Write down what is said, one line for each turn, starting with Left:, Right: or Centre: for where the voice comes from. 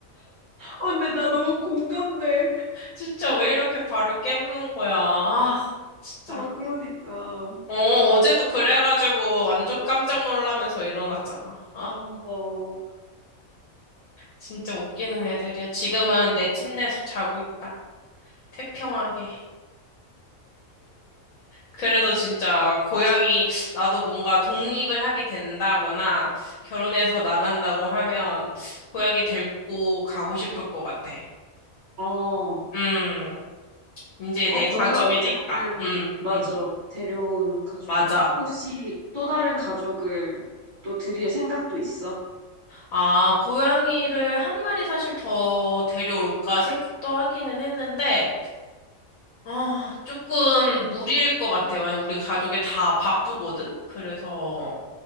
Right: 근데 나 너무 공감돼.
Left: <laughs> 진짜 왜 이렇게 발을 깨무는 거야. 아, 진짜.
Right: 아, 그러니까.
Left: 어, 어제도 그래가지고 완전 깜짝 놀라면서 일어났잖아. 아,
Right: 어.
Left: 진짜 웃기는 애들이야. 지금은 내 침대에서 자고 있다. 태평하게. 그래도 진짜 고양이 나도 뭔가 독립을 하게 된다거나 결혼해서 나간다고 하면 고양이 데리고 가고 싶을 것 같아.
Right: 어, 어,
Left: 음, 이제 내
Right: 너가
Left: 가족이니까.
Right: 어쨌든,
Left: 음,
Right: 맞아,
Left: 음,
Right: 데려온 가족이니.
Left: 맞아.
Right: 혹시 또 다른 가족을 또 드릴 생각도 있어?
Left: 아, 고양이를 한 마리 사실 더 데려올까 생각도 하기는 했는데 아, 조금 무리일 것 같아요. 왜냐면 우리 가족이 다 바쁘거든? 그래서